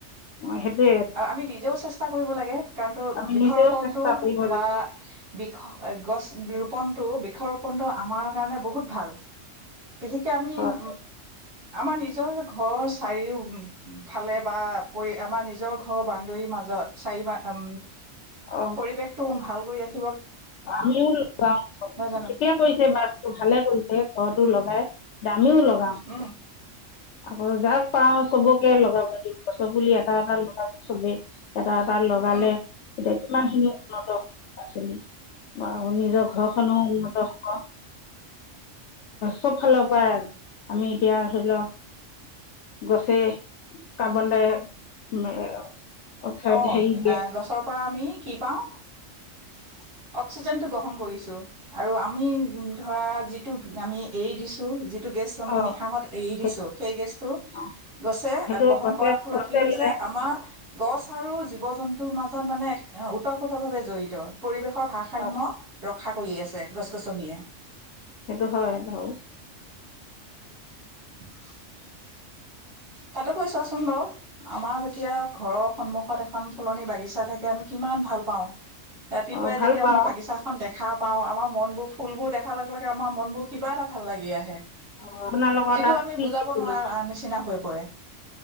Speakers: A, on the left; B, on the right.
A: মই সেইটোৱে
B: আৰু আমি নিজেও চেষ্টা চষ্টা কৰিব লাগে কাৰণ তো
A: আমি
B: বিষৰোপনটো
A: নিজেও চেষ্টা কৰিব
B: বা
A: লাগিব
B: বিষ গছ ৰোপনটো বিষৰোপনটো আমাৰ কাৰণে বহুত ভাল বিশেষকে আমি
A: হয়
B: উ আমাৰ নিজৰ ঘৰ চাৰিও ফালে বা পৰি আমাৰ নিজৰ ঘৰ বান্দৰীৰ মাজত চাৰি উম
A: অ
B: পৰিৱেশটো ভাল কৰি ৰাখি
A: আমিও লগাও
B: নহয় জানো
A: ঠিকে কৰিছে বাছটো ভালে কৰিছে ঘৰটো লগাই দামিও লগাও
B: উম
A: আকৌ যাক পাওঁ চবকে লগাব দিওঁ গছৰ পুলি এটা এটা লগাব চবেই। এটা এটা লগালে
B: উম
A: তেতিয়া ইমানখিনি উন্নত <unintelligible> আৰু নিজৰ ঘৰখনো উন্নত হব চব ফালৰ পৰা আৰু আমি এতিয়া ধৰি লও গছে কাৰ্বন- ডাই অক্সাইড
B: অহ
A: হেৰি দিয়ে
B: এ গছৰ পৰা আমি কি পাওঁ? অ অক্সিজেনটো গ্ৰহণ কৰিছো। আৰু আমি ধৰা যিটোক আমি এৰি দিছো যি টো গেছ আমি
A: অ
B: নিশাহত এৰি
A: সেইটো
B: দিছো সেই গেছটো
A: অ
B: গছে
A: সেইটো
B: গ্ৰহণ
A: গছে
B: কৰাৰ ফলত
A: গছে
B: কি হৈছে
A: লয়
B: আমাৰ গছ আৰু জীৱ জন্তুৰ মাজত মানে ওতঃপ্ৰোত ভাৱে জড়িত পৰিৱেশৰ ভাৰসাম্য
A: অ
B: ৰক্ষা কৰি আছে গছ-গছনিয়ে <unintelligible>
A: সেইটো হয় বাৰু।
B: <inaudible> তাতো কৈ চোৱাচোন বাৰু আমাৰ যেতিয়া ঘৰৰ সন্মুখত এখন ফলনি বাগিছা থাকে আমি কিমান ভাল পাওঁ। ৰাতিপুৱাই
A: অ ভাল
B: যেতিয়া
A: পাওঁ
B: আমি বাগিচাখন দেখা দেখা পাও আমাৰ মন বোৰ ফুলবোৰ দেখাৰ লগে লগে আমাৰ মন বোৰ কিবা এটা ভাল লাগি আহে।
A: অ আপোনালোকৰ
B: যিটো
A: তাত
B: আমি
A: কি
B: বুজাব
A: কি ফুল
B: নোৱাৰা
A: আছে
B: নিচিনা হৈ প পৰে।